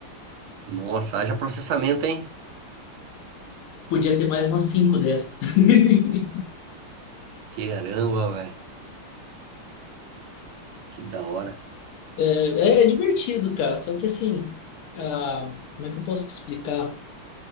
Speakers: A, on the right; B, on the left.
A: nossa, haja processamento, hein?
B: Podia ter mais umas cinco dessas. <laughs>
A: Caramba, velho. Que da hora.
B: É, é é divertido, cara. Só que assim, ah, como é que eu posso te explicar?